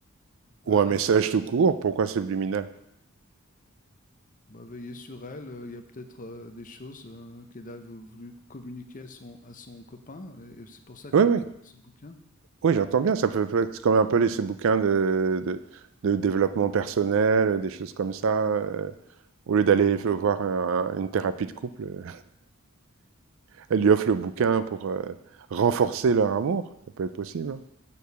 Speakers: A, on the left; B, on the right.
A: Ah,
B: Ou un message tout court, pourquoi subliminal?
A: bah, veiller sur elle, euh, il y a peut-être euh, des choses euh, qu'elle a vou- voulu communiquer à son, à son copain, et c'est pour ça qu'elle
B: Oui, oui,
A: a fait ce bouquin.
B: oui, j'entends bien. Ça peut peut- c'est comme un peu les, ces bouquins de, de, de développement personnel, des choses comme ça. euh, au lieu d'aller f- voir un- une thérapie de couple, euh, elle lui offre le bouquin pour euh, renforcer leur amour. Ça peut être possible. hein.